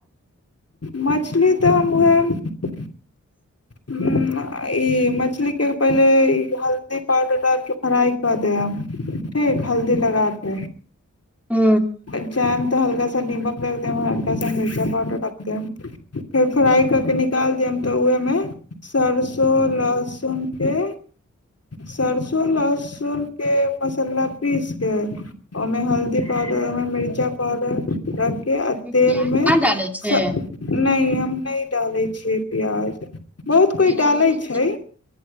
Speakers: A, on the left; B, in the centre.
A: मछली तऽ हम उएहे
B: <inaudible>
A: हूँ आ ई मछली के पहिले ई हल्दी पाउडर डालके फ्राइ कऽ देहम ठीक हल्दी लगा के
B: ह
A: चाहेम तऽ हल्का नीमक रख देम हल्का सा मिर्चा पाउडर रख देम फेर फ्राई करके निकाल देम तऽ ओहिमे सरसो लहसुन के सरसो लहसुन के मसाला पीस के ओहिमे हल्दी मे मिर्चा पावडर रखके आ तेलमे
B: प्याज नहि डालै छै
A: सँ नइ हम नहि डालै छियै प्याज बहुत कोइ
B: जीरा
A: डालै
B: मरीच
A: छै